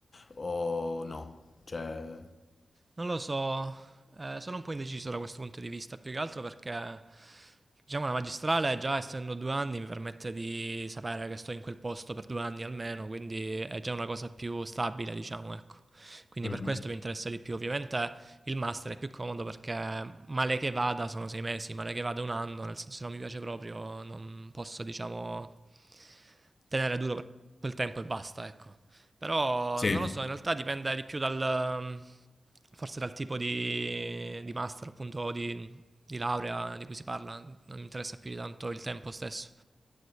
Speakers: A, on the left; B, on the right.
A: o no? Cioè,
B: Non lo so, eh, sono un po' indeciso da questo punto di vista, più che altro perché diciamo la magistrale, già essendo due anni, mi permette di sapere che sto in quel posto per due anni almeno, quindi è già una cosa più stabile, diciamo, ecco. Quindi
A: Mhm.
B: per questo mi interessa di più. Ovviamente il master è più comodo perché male che vada sono sei mesi, male che vada un anno, nel senso se non mi piace proprio non posso, diciamo, tenere duro per quel tempo e basta, ecco. Però
A: Sì.
B: non lo so, in realtà dipende di più dal, mm, forse dal tipo di, di master, appunto, di, di laurea di cui si parla. Non mi interessa più di tanto il tempo stesso.